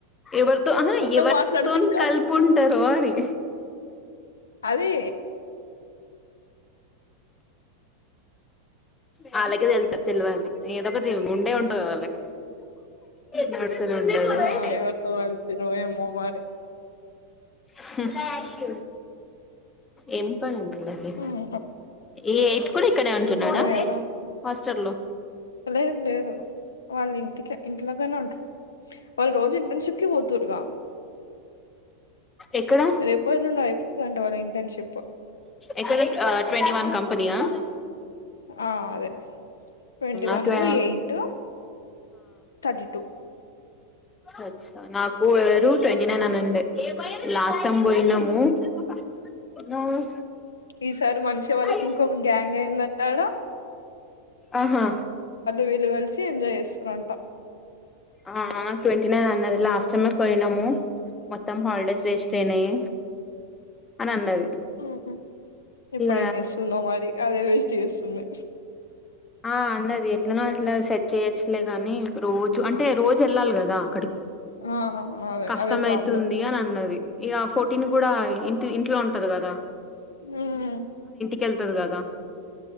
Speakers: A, on the left; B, on the left.
A: ఎవరితో ఆహ ఎవరితో
B: మాట్లాడితే ఇంకా
A: కలిపుంటారో అని
B: అదే
A: వాళ్ళకి తెలుసా తెలివాలి ఏదో ఒకటి ఉండే ఉంటంది వాళ్ళకి నడుస్తూనే ఉంటది
B: ఆ ఎవరితో వెళ్తురు ఏమో మరి
A: హు హు ఏం పనులు అది
B: ఉమ్,
A: ఈ ఎయిట్ కూడా ఇక్కడ ఉంటున్నాడా
B: అదే కదా
A: హాస్టల్ లో
B: లేదు లేదు వాళ్ళ ఇంటికే ఇంట్లాగానే ఉంటారు వాళ్ళు రోజు ఇంటర్న్షిప్ కి పోతురుగా
A: ఎక్కడ
B: రేపో ఎల్లుండో అయిపోతుందంట వాళ్ళ ఇంటర్న్షిప్
A: ఎక్కడ ఆ ట్వంటీ వన్ కంపనీ ఆ
B: ఆ అదే ట్వంటీ
A: అటు
B: వన్ ఎయిట్ థర్టీ టూ
A: అచ్చా నాకు ఎవరు ట్వంటీ నైన్ అని ఉండే లాస్ట్ త్తం పోయినాము ఉమ్
B: ఈసారి మంచి వాళ్ళకి
A: <unintelligible>
B: ఇంకొక గ్యాంగ్ అయిందట ఆడ
A: ఆహా
B: వీలు కలిసి ఎంజాయ్ చేస్తురంట
A: ఆ ఆ ట్వెంటీ నైన్ అన్నది లాస్ట్ టై పోయినము మొత్తం హాలిడేస్ వేస్ట్ అయినాయి అని అన్నది
B: ఓహో ఇప్పుడేం
A: ఇక
B: చేస్తుందో మరి అదే వేస్ట్ చేస్తుంది
A: ఆ అన్నది ఎట్ల అట్లా సెట్ చేయొచ్చులే కాని రోజు అంటే రోజు వెళ్ళాలి కదా క్కడికి
B: ఆ అదే
A: కష్టమయితుంది
B: అదే ప్రాబ్లం
A: అని అన్నది ఇక ఆ ఫోర్టీన్ కూడా ఇంటి ఇంట్లో ఉంటది కదా
B: ఉమ్
A: కేళ్తది కదా